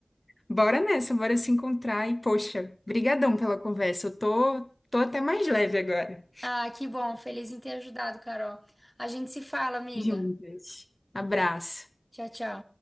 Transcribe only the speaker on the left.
Bora nessa, bora se encontrar. E, poxa, brigadão pela conversa. Eu tô, tô até mais leve agora.
Juntas. Abraço.